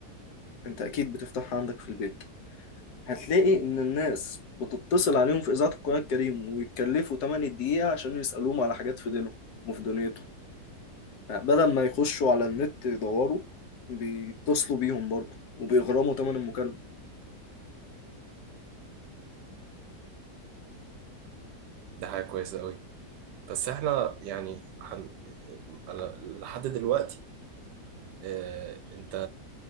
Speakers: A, on the left (about 70°); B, on the right (about 80°).
A: انت اكيد بتفتحها عندك في البيت هتلاقي ان الناس بتتصل عليهم في اذاعه القران الكريم ويتكلفوا 8 دقيقه عشان يسالوهم على حاجات في دينهم وفي دنيتهم يعني بدل ما يخشوا على النت يدوروا بيتصلوا بيهم برضه وبيغرموا ثمن المكالمه
B: ده حاجة كويسة قوي بس احنا يعني هن... أنا لحد دلوقتي آه، انت